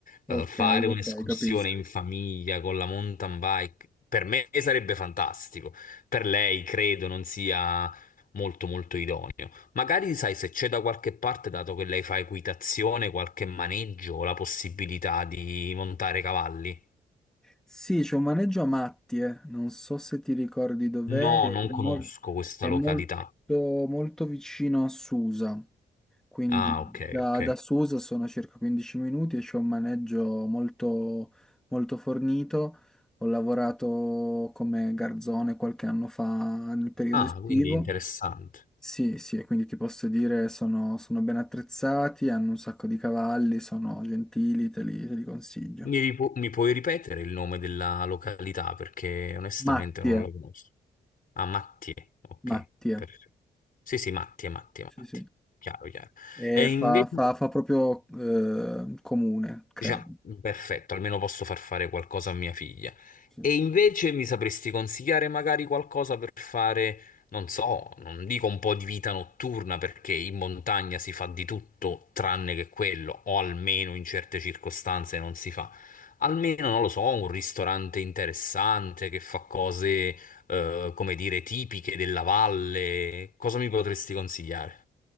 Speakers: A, on the left; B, in the centre.
A: eh,
B: Ok,
A: fare un'escursione
B: ok, capisco.
A: in famiglia con la mountain bike per me sarebbe fantastico. Per lei credo non sia molto molto idoneo. Magari sai se c'è da qualche parte, dato che lei fa equitazione, qualche maneggio, la possibilità di montare cavalli.
B: Sì, c'è un maneggio a Mattie, non so se ti ricordi dov'è,
A: No,
B: è,
A: non
B: mol-
A: conosco questa
B: è
A: località.
B: molto, molto vicino a Susa. Quindi
A: Ah,
B: da,
A: ok, ok.
B: da Susa sono a circa 15 minuti e c'è un maneggio molto, molto fornito. Ho lavorato come garzone qualche anno fa nel periodo
A: Ah,
B: estivo.
A: quindi interessante.
B: Sì, sì, e quindi ti posso dire sono, sono ben attrezzati, hanno un sacco di cavalli, sono gentili, te li, te li consiglio.
A: Mi, ripu- mi puoi ripetere il nome della località perché onestamente
B: Mattie,
A: non la conosco. Ah, Mattie, ok,
B: Mattie,
A: perfetto. Sì, sì, Mattie, Mattie,
B: sì,
A: Mattie.
B: sì.
A: Chiaro, chiaro.
B: E
A: E
B: fa,
A: invece...
B: fa- fa proprio eh, comune, credo.
A: Dice, "Ah, perfetto, almeno posso far fare qualcosa a mia figlia.
B: Sì.
A: E invece mi sapresti consigliare magari qualcosa per fare, non so, non dico un po' di vita notturna, perché in montagna si fa di tutto tranne che quello, o almeno in certe circostanze non si fa. Almeno, non lo so, un ristorante interessante che fa cose, eh, come dire, tipiche della valle. Cosa mi potresti consigliare?